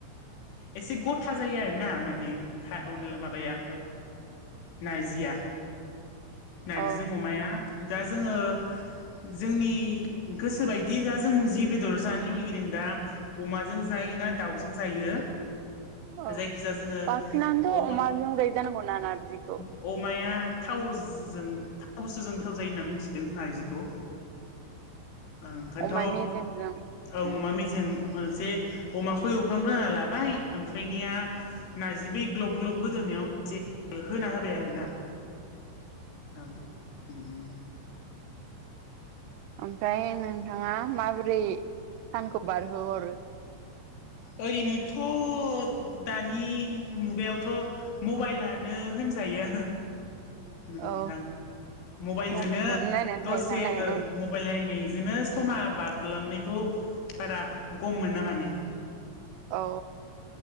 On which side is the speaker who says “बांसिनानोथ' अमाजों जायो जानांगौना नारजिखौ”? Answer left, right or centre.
Right